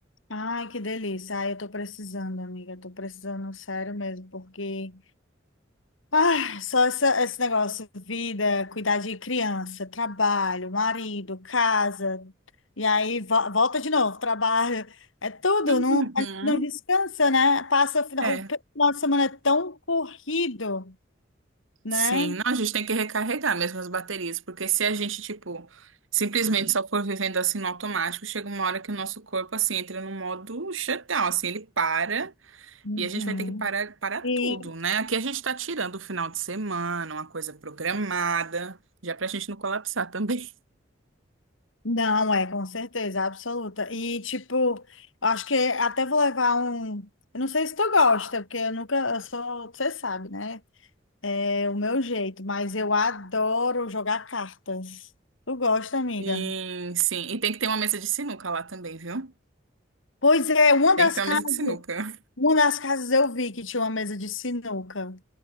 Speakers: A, on the left; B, on the right.
A: Ai, que delícia. Ai, eu tô precisando, amiga, eu tô precisando, sério mesmo, porque Ah, só essa- esse negócio, vida, cuidar de criança, trabalho, marido, casa, e aí vo- volta de novo, trabalho, é tudo,
B: Uhum.
A: não, a gente não descansa, né? Passa o final,
B: É,
A: o pe- final de semana é tão corrido, né?
B: Sim, não, a gente tem que recarregar mesmo as baterias, porque se a gente, tipo, simplesmente só for vivendo assim no automático, chega uma hora que o nosso corpo, assim, entra no modo shutdown, assim, ele para
A: Uhum.
B: e a gente vai ter que parar, parar
A: E
B: tudo, né? Aqui a gente tá tirando o final de semana, uma coisa programada, já pra gente não colapsar também.
A: não é, com certeza, absoluta. E tipo, eu acho que até vou levar um, eu não sei se tu gosta, porque eu nunca, eu sou, você sabe, né? É o meu jeito, mas eu adoro jogar cartas. Tu gosta,
B: <laughs>
A: amiga?
B: Sim, sim, e tem que ter uma mesa de sinuca lá também, viu?
A: Pois é, uma
B: Tem
A: das
B: que ter uma
A: casas,
B: mesa de sinuca.
A: uma das casas eu vi que tinha uma mesa de sinuca.